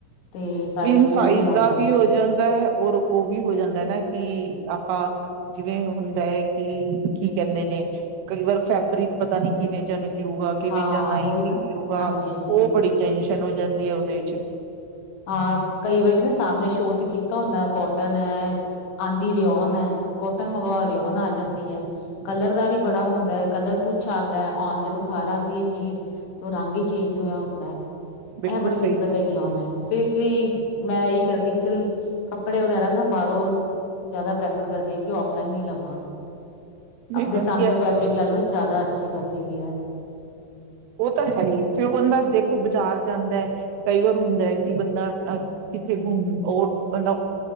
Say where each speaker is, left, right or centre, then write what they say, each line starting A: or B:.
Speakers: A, on the left (about 70°); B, on the right (about 80°).
A: ਤੇ
B: ਮੇਨ
A: ਪੂਰਾ
B: ਸਾਈਜ਼
A: ਨੀ
B: ਦਾ
A: ਆਂਦਾ ਉਹਨਾਂ
B: ਵੀ ਹੋ ਜਾਂਦਾ ਹੈ ਔਰ ਉਹ ਵੀ ਹੋ ਜਾਂਦਾ ਨਾ ਕਿ ਆਪਾਂ ਜਿਵੇਂ ਹੁੰਦਾ ਹੈ ਕਿ ਕੀ ਕਹਿੰਦੇ ਨੇ ਕਈ ਵਾਰ ਫੈਬਰਿਕ ਪਤਾ ਨੀ ਕਿਵੇਂ ਜਾਂ ਨਿ ਨਿਕਲੂਗਾ ਕਿਵੇਂ
A: ਹਾਂ
B: ਜਾਂ ਨਹੀਂ
A: ਉਹੀ
B: ਨਿਕਲੂਗਾ
A: ਨਾ ਹਾਂਜੀ-ਹਾਂਜੀ
B: ਉਹ ਬੜੀ ਟੈਨਸ਼ਨ ਹੋ ਜਾਂਦੀ ਹੈ ਉਹਦੇ ਵਿੱਚ
A: ਹਾਂ ਕਈ ਵਾਰੀ ਨਾ ਸਾਹਮਣੇ ਸ਼ੋਅ ਤੇ ਕੀਤਾ ਹੁੰਦਾ ਕੋਟਨ ਐ ਆਂਦੀ ਰਿਓਨ ਹੈ। ਕੋਟਨ ਮੰਗਵਾਓ ਰਿਓਨ ਆ ਜਾਂਦੀ ਹੈ। ਕਲਰ ਦਾ ਵੀ ਬੜਾ ਹੁੰਦਾ ਹੈ ਕਲਰ ਕੁਛ ਆਉਂਦਾ ਹੈ ਜਦੋਂ ਘਰ ਆਉਂਦੀ ਹੈ ਚੀਜ਼ ਤਾਂ ਰੰਗ ਹੀ ਚੇਂਜ ਹੋਇਆ ਹੁੰਦਾ। ਇਹ
B: ਬਿਲਕੁਲ
A: ਬੜੀ
B: ਸਹੀ
A: ਦਿੱਕਤ
B: ਗੱਲ
A: ਹੈਗੀ ਔਨਲਾਈਨ ਫਿਰ ਇਸ ਲਈ ਮੈਂ ਇਹੀ ਕਰਦੀ ਕਿ ਚੱਲ ਕੱਪੜੇ ਵਗੈਰਾ ਨਾ ਬਾਹਰੋਂ ਜ਼ਿਆਦਾ ਪ੍ਰੈਫਰ ਕਰਦੀ ਕਿ ਔਫ਼ਲਾਈਨ ਹੀ ਲਵਾਂ
B: ਨਹੀਂ
A: ਆਪਣੇ
B: ਵਧੀਆ
A: ਸਾਹਮਣੇ
B: ਹੈ
A: ਫੈਬਰਿਕ
B: ਸਗੋਂ
A: ਲਾ ਲਓ ਜ਼ਿਆਦਾ ਅੱਛੀ ਗੱਲ ਹੈਗੀ ਆ
B: ਉਹ ਤਾਂ ਹੈ ਹੀ ਫਿਰ ਉਹ ਬੰਦਾ ਦੇਖੋ ਬਾਜ਼ਾਰ ਜਾਂਦਾ ਹੈ ਕਈ ਵਾਰ ਹੁੰਦਾ ਹੈ ਕਿ ਬੰਦਾ ਕਿੱਥੇ ਘੁੰਮ ਉਹ ਬੰਦਾ